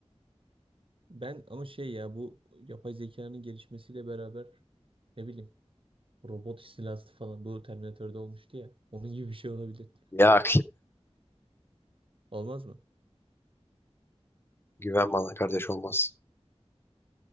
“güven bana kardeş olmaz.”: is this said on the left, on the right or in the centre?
Left